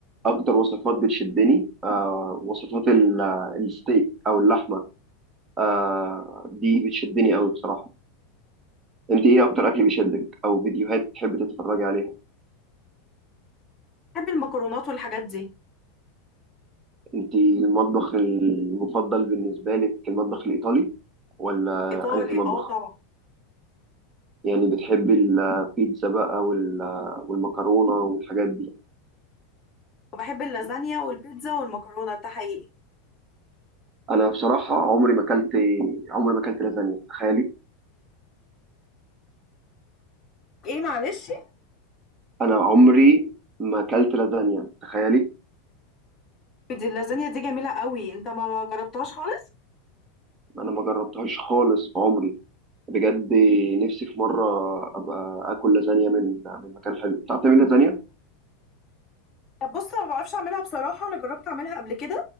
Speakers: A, on the right (about 30°); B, on the left (about 30°).
A: أكتر وصفات بتشدني آه، وصفات ال- الستيك أو اللحمة آه، دي بتشدني أوي بصراحة انت ايه اكتر اكل بيشدك او فيديوهات تحب تتفرجي عليها
B: بحب المكرونات والحاجات دي
A: انت المطبخ المفضل بالنسبه لك المطبخ الايطالي ولا
B: ايطالي
A: انهي مطبخ
B: اه طبعا
A: يعني بتحبي البيتزا بقى وال- والمكرونه والحاجات دي
B: بحب اللازانيا والبيتزا والمكرونه ده حقيقي
A: انا بصراحه عمري ما اكلت عمري ما اكلت لازانيا تخيلي
B: ايه معلش
A: انا عمري ما اكلت لازانيا تخيلي
B: دي اللازانيا دي جميلة قوي انت ما جربتهاش خالص
A: انا ما جربتهاش خالص في عمري بجد نفسي في مره ابقى اكل لازانيا من من مكان حلو بتعرف تعملي لازانيا
B: بص انا ما بعرفش اعملها بصراحه انا جربت اعملها قبل كده